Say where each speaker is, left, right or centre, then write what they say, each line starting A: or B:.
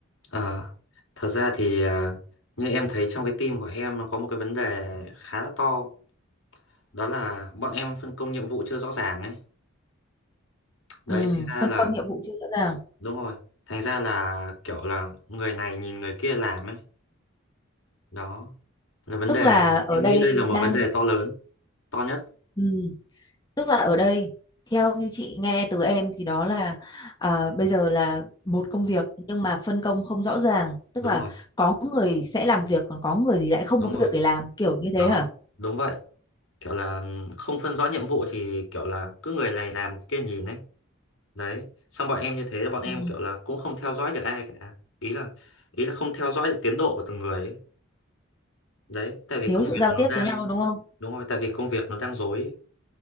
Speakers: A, on the left; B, on the left.
A: Ờ, thật ra thì à, như em thấy trong cái team của em nó có một cái vấn đề khá là to đó là bọn em phân công nhiệm vụ chưa rõ ràng ấy đấy
B: Ừ,
A: thành ra
B: phân
A: là
B: công nhiệm vụ chưa rõ ràng.
A: Đúng rồi. Thành ra là kiểu là người này nhìn người kia làm ấy. Đó. Là vấn
B: Tức
A: đề,
B: là ở
A: em
B: đây
A: nghĩ đây là một
B: đang
A: vấn đề to lớn, to nhất.
B: ừ, tức là ở đây theo như chị nghe từ em thì đó là à, bây giờ là một công việc nhưng mà phân công không rõ ràng, tức
A: Đúng
B: là
A: rồi,
B: có người sẽ làm việc còn có người thì lại không
A: đúng
B: có
A: rồi.
B: việc để làm kiểu như
A: Đó,
B: thế hả?
A: đúng vậy. Kiểu là không phân rõ nhiệm vụ thì kiểu là cứ người này làm người kia nhìn ấy. Đấy. Xong bọn em như thế là bọn em
B: Ừ,
A: kiểu là cũng không theo dõi được ai cả. Ý là ý là không theo dõi được tiến độ của từng người ấy. Đấy, tại vì
B: thiếu
A: công
B: sự
A: việc
B: giao
A: nó
B: tiếp
A: đang
B: với nhau đúng không?
A: đúng rồi, tại vì công việc nó đang rối ấy.